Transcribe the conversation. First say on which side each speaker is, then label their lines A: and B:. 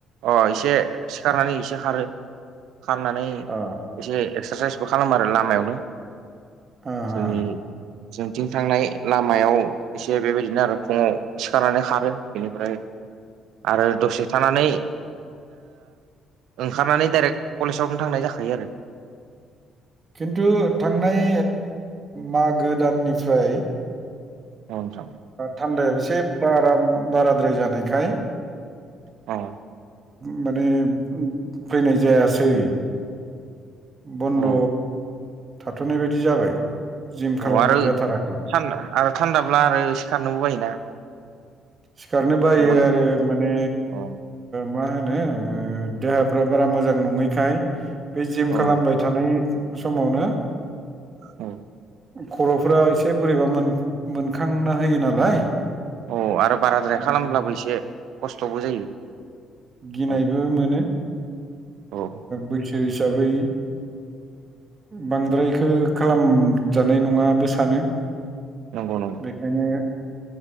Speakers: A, on the right; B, on the right.
A: अ एसे सिखारनानै एसे खारो खारनानै
B: ओ
A: एसे एक्सारसाइसबो खालामो आरो लामायावनो
B: हो हो
A: जोंनि जोंथिं थांनाय लामायाव एसे बेबायदिनो आरो फुङाव सिखारनानै खारो बेनिफ्राय आरो दसे थानानै ओंखारनानै डाइरेक्ट कलेजावनो थांनाय जाखायो आरो
B: खिन्थु थांनाय मागो दाननिफ्राय
A: औ नोंथां
B: थान्दाया एसे बारा बाराद्राय जानायखाय
A: अ <unintelligible>
B: माने फैनाय जायासै बन्द'
A: औ
B: थाथ'नाय बायदि जाबाय जिम खालामनाय
A: औ आरो
B: जाथाराखै
A: थान्दा आरो थान्दाब्ला आरो एसे खारनोबो बायोना
B: सिखारनो बायो
A: नंगौना
B: आरो माने
A: औ
B: मा होनो देहाफ्रा बारा मोजां नङैखाय बे जिम
A: औ
B: खालामबाय थानाय समावनो
A: औ
B: खर'फोरा एसे बोरैबा मोनखांना होयो नालाय
A: औ आरो बाराद्राय
B: ओ
A: खालामब्लाबो एसे खस्थ'बो जायो
B: गिनायबो
A: औ
B: मोनो
A: औ
B: बैसो हिसाबै बांद्रायखो खालामजानाय नङाबो सानो
A: नंगौ नंगौ नंगौ
B: बेखायनो